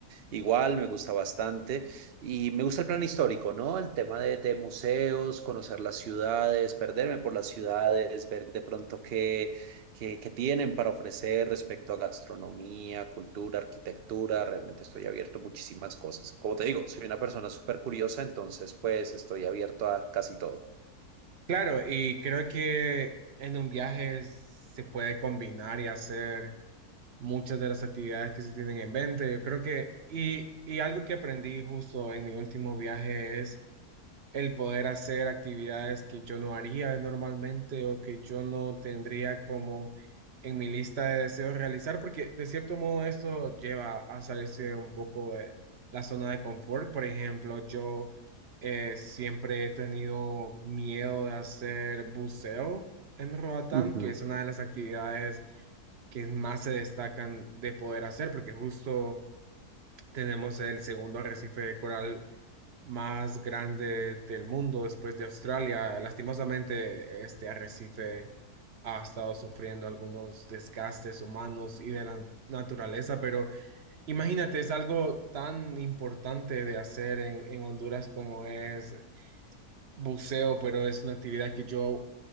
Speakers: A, on the right; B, on the right.
A: Igual me gusta bastante y me gusta el plan histórico, ¿no? El tema de, de museos, conocer las ciudades, perderme por las ciudades, ver de pronto qué que, que tienen para ofrecer respecto a gastronomía, cultura, arquitectura. Realmente estoy abierto a muchísimas cosas. Como te digo, soy una persona súper curiosa, entonces pues estoy abierto a casi todo.
B: Claro, y creo que en un viaje se puede combinar y hacer muchas de las actividades que se tienen en mente. Yo creo que, y, y algo que aprendí justo en mi último viaje es el poder hacer actividades que yo no haría normalmente o que yo no tendría como en mi lista de deseos realizar, porque de cierto modo esto lleva a salirse un poco de la zona de confort. Por ejemplo, yo eh, siempre he tenido miedo de hacer buceo en Roatán,
A: Ujú.
B: que es una de las actividades que más se destacan de poder hacer, porque justo tenemos el segundo arrecife de coral más grande del mundo después de Australia. Lastimosamente, este arrecife ha estado sufriendo algunos desgastes humanos y de la naturaleza, pero imagínate, es algo tan importante de hacer en, en Honduras como es buceo, pero es una actividad que yo